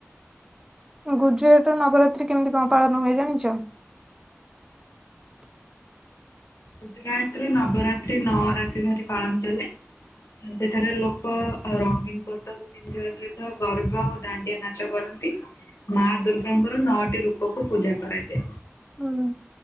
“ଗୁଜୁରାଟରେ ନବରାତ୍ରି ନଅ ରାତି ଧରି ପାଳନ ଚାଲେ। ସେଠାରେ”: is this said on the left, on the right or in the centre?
Left